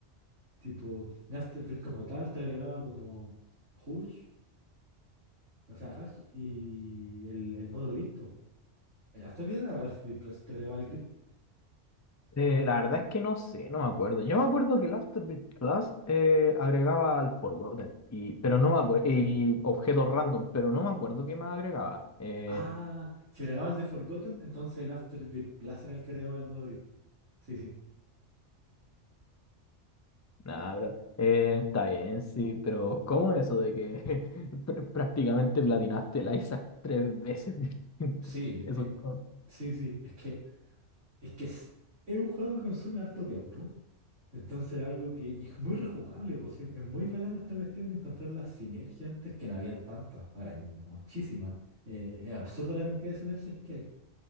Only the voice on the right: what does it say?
Tipo, el Afterbirth como tal te agregaba como Hush, o sea, Hash y el, el modo Grid, po. El Afterbirth era el Afterbirth Plus, te agregaba el Grid.
Ah, si agregaba el de Forgotten, entonces el Afterbirth Plus era el que agregaba el modo Grid. Sí, sí.
Sí,
em-
Sí, sí, es que Es que es, es un juego que consume harto tiempo. Entonces era algo que y es muy rejugable, pues, sí, es muy bacana esta cuestión de encontrar las sinergias antes que no habían tantas. Ahora hay muchísimas. Eh, es absurdo la cantidad de sinergias que hay.